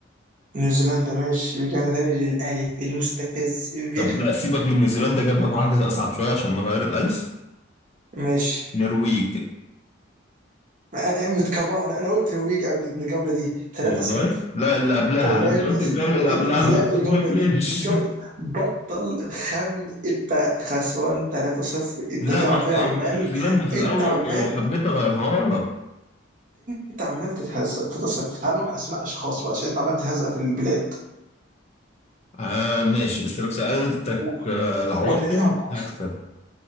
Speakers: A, on the right; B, on the left.
A: نيوزيلندا ماشي رجعنا تاني للألف المستفز الرخم
B: طب لا سيبك من نيوزيلندا جاب لك واحده اصعب شويه عشان نغير الالف
A: ماشي
B: نرويج
A: آه، آه، متكفى انا انا قلت نرويج قبل الجولة دي 3
B: والله
A: 0
B: لا اللي قبلها
A: 3
B: انت قلت الجولة اللي قبلها ما
A: لا
B: تقولكليش
A: الجولة دي الجولة بطل خم انت خسران 3 0 انت
B: لا
A: كده
B: ما
A: عارفين
B: انا قايل
A: عمال
B: انا نيوزيلندا في الاول
A: انت عمال
B: لو حبيت اغيرها لك
A: انت عمال تتهزق 3 0 تعال نروح اسماء اشخاص بقى عشان انت عمال تتهزق في البلاد
B: آه ماشي بس لو سألتك
A: ولا
B: آه العواصم
A: ولا نلعب عواصم
B: هكسب